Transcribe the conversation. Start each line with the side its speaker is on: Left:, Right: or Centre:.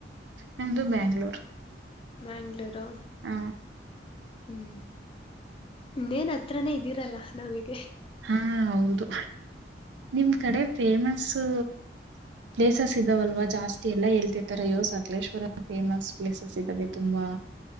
Right: ನಮ್ದು ಬ್ಯಾಂಗ್ಳೂರ್
Left: ಬ್ಯಾಗ್ಳೂರು
Right: ಹ
Left: ಹ್ಮ್ ಇನ್ನೇನ್ ಹತ್ರನೇ ಇದ್ದೀರಲ್ಲ ನಮಗೆ
Right: ಹಾ ಹೌದು ನಿಮ್ ಕಡೆ ಫೇಮಸ್ಸು ಪ್ಲೇಸಸ್ ಇದ್ದಾವಲ್ವಾ ಜಾಸ್ತಿ ಎಲ್ಲ ಹೇಳ್ತಿರ್ತ್ತಾರೆ ಅಯ್ಯೋ ಸಕಲೇಶ್ವರ ಫೇಮಸ್ ಪ್ಲೇಸಸ್ ಇದಾವೆ ತು ತುಂಬಾ